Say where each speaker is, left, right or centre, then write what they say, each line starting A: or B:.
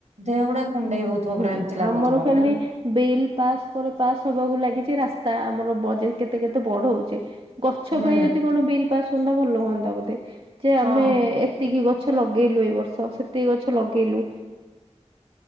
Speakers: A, on the right; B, on the right.
A: ଦେହ ଗୁଡା କୁଣ୍ଡେଇ ହଉଥିବ
B: ହୁଁ
A: ପୁରା ଏମିତି ଲାଗୁଥିବ
B: ଆମର ଖାଲି
A: କିନ୍ତୁ।
B: ବିଲ୍ ପାସ୍ ପରେ ପାସ୍ ହବାକୁ ଲାଗିଛି ରାସ୍ତା ଆମର ବଜେଟ କେତେ କେତେ ବଢଉଛି। ଗଛ
A: ହୁଁ
B: ପାଇଁ ଯଦି କଣ ବିଲ୍ ପାସ୍ ହୁଅନ୍ତା ଭଲ ହୁଅନ୍ତା ବୋଧେ ଯେ
A: ହଁ
B: ଆମେ ଏ ଏତିକି ଗଛ ଲଗେଇଲୁ ଏ ବର୍ଷ ସେତିକି ଗଛ ଲଗେଇଲୁ।